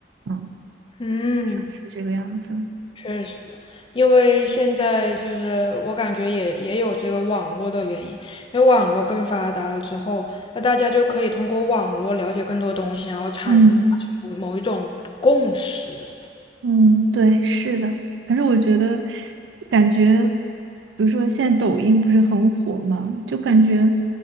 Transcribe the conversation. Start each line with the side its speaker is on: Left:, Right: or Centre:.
Right: 嗯，
Left: 嗯，
Right: 是这个样子。
Left: 确实，因为现在就是我感觉也也有这个网络的原因，因为网络更发达了之后，那大家就可以通过网络了解更多东西，然后产达成某某一种共识。
Right: 嗯。嗯，对，是的。反正我觉得，感觉，比如说现在抖音不是很火嘛，就感觉